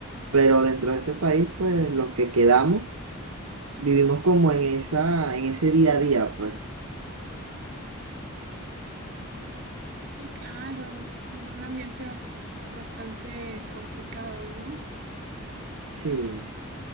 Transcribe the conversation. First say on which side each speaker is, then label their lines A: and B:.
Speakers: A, on the right; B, on the right.
A: Pero dentro de este país pues los que quedamos vivimos como en esa, en ese día a día pues.
B: Sí, claro, como un ambiente bastante complicado, ¿no?
A: Sí.